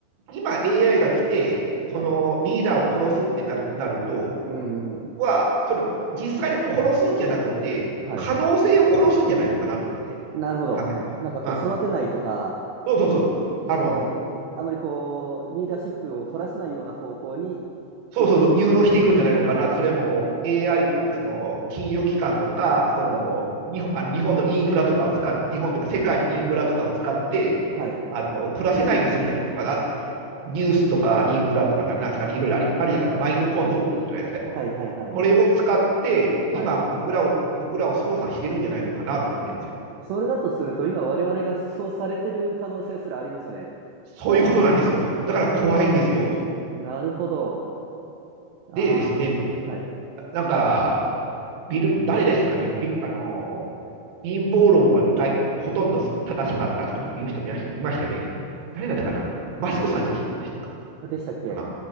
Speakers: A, on the right; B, on the right.
A: 今 AI が来て、そのリーダーを殺すってななると、
B: はい。うん、
A: 僕はそれ、
B: うん、
A: 実際に殺すんじゃなくて、
B: はい。
A: 可能性を殺すんじゃないのかなと思って
B: なるほど。
A: 考えてみまあ、
B: なんかこう、育てないとか、
A: そうそうそう、
B: その、
A: あの、
B: あまりこう、リーダーシップを取らせないような方向に
A: そうそうそう、
B: 行くわけですね。
A: 誘導していくんじゃないのかな、それも AI とか、その金融機関とか、その日本あの日本のインフラとかを使って、
B: はい、
A: 日本とか世界のインフラとかを使って、
B: はい、
A: あの取らせないようにするんじゃないのかなって、ニュースとかインフラとか、なんですかね、いろいろありあるじゃないですか、マインドコントロールじゃないですかと。
B: はい、はい、はい、はい。
A: それを使って、
B: はい。
A: 今、僕らを、僕らを操作してるんじゃないのかなと思ってるんですよ。
B: それだとすると、今我々がそうされてる可能性すらありますよね。
A: そういうことなんですよ。だから怖いんですよ。
B: なるほど。ああ、
A: でですね、
B: はい。
A: なんか、ビル、誰でしたかね、ビあのー、陰謀論はだいほとんど正しかったとかいう人もいましたよね。誰だったかなマスクさんでした
B: えーでしたっけ
A: かな